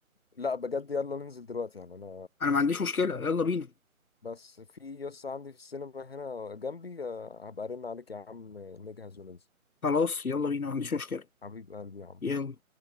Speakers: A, on the left; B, on the left.
A: لا بجد يلا ننزل دلوقتي يعني انا
B: أنا ما عنديش مشكلة يلا بينا
A: بس في يس عندي في السينما هنا جنبي آه، هبقى ارن عليك يا عم نجهز وننزل
B: خلاص يلا بينا ما عنديش مشكلة
A: حبيب قلبي يا عم
B: يلا